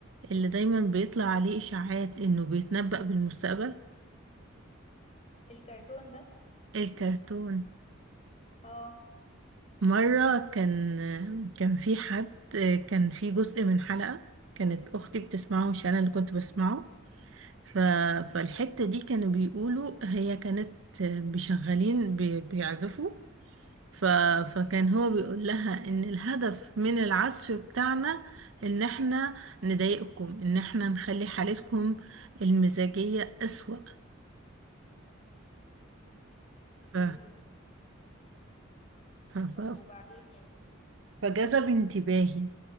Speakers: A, on the right; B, on the left.
A: اللي دايما بيطلع عليه إشاعات إنه بيتنبأ بالمستقبل
B: الكرتون ده
A: الكرتون
B: اه
A: مرة كان كان في حد كان في جزء من حلقة كانت أختي بتسمعه مش أنا اللي كنت بسمعه ف... فالحتة دي كانوا بيقولوا هي كانت بيشغلين بي... بيعزفوا ف... فكان هو بيقول لها إن الهدف من العزف بتاعنا إن إحنا نضايقكم إن إحنا نخلي حالتكم المزاجية أسوأ ف...
B: اوكي
A: ف... ف...
B: طب وبعدين يعني
A: فجذب انتباهي